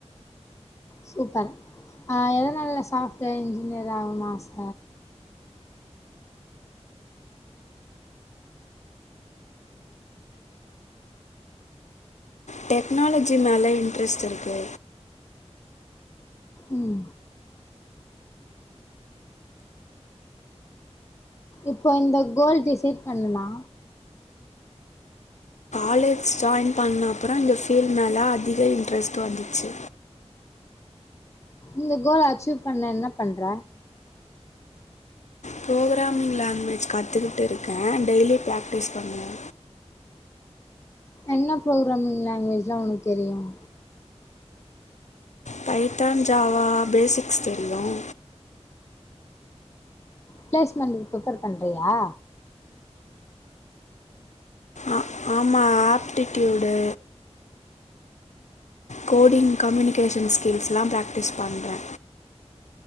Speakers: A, on the left; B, on the left.
A: சூப்பர் ஆஹ் எதனால்ல சாஃப்ட்வேர் இன்ஜினியர் ஆகனும் ஆச
B: டெக்னாலஜி மேல இன்ட்ரெஸ்ட் இருக்கு
A: உம் இப்போ இந்த கோல் டிசைட் பண்ணுனா‌
B: காலேஜ் ஜாயின் பண்ண அப்புறம் இந்த ஃபீல்ட் மேல அதிக இன்ட்ரெஸ்ட் வந்துச்சு
A: இந்த கோல் அச்சீவ் பண்ண என்ன பண்ற
B: ப்ரோக்ராமிங் லாங்வேஜ் கத்துக்கிட்டு இருக்கேன் டெய்லி பிராக்டிஸ் பண்ணுவே
A: என்ன ப்ரோக்ராமிங் லாங்குவேஜ்லாம் ஒனக்கு தெரியும்
B: பைத்தான் ஜாவா பேசிக்ஸ் தெரியும்
A: பிளேஸ்மெண்ட்க்கு பிர்ப்பர் பண்றியா
B: ஆஹ் ஆமா ஆப்ட்டிடியூடு கோடிங் கம்யூனிகேஷன் ஸ்கில்ஸ்லாம் பிராக்டிஸ் பண்றே